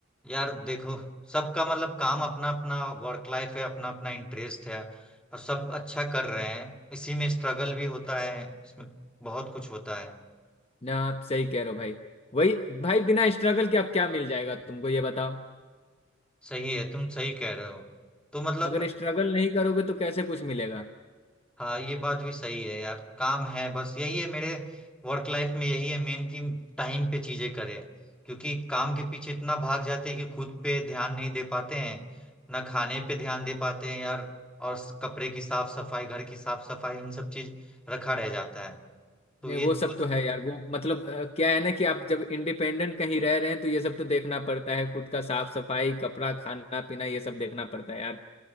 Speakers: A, in the centre; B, on the left.
A: यार देखो सबका मतलब काम अपना अपना वर्क लाइफ है अपना अपना इंटरेस्ट है और सब अच्छा कर रहे हैं इसी में स्ट्रगल भी होता है इसमें बहुत कुछ होता है
B: ना आप सही कह रहे हो भाई वही भाई बिना स्ट्रगल के आप क्या मिल जाएगा तुमको ये बताओ
A: सही है तुम सही कह रहे हो तो मतलब
B: अगर स्ट्रगल नहीं करोगे तो कैसे कुछ मिलेगा
A: हाँ ये बात भी सही है यार काम है बस यही है मेरे वर्क लाइफ में यही है मेन कि टाइम पे चीजें करें क्योंकि काम के पीछे इतना भाग जाते हैं कि खुद पे ध्यान नहीं दे पाते हैं ना खाने पे ध्यान दे पाते हैं यार और स- कपड़े की साफ सफाई घर की साफ सफाई इन सब चीज रखा रह जाता है तो
B: नहीं
A: ये
B: वो सब
A: कुछ
B: तो है यार वो मतलब अ, क्या है ना कि आप जब इंडिपेंडेंट कहीं रह रहे हैं तो ये सब तो देखना पड़ता है खुद का साफ सफाई कपड़ा खाना पीना ये सब देखना पड़ता है यार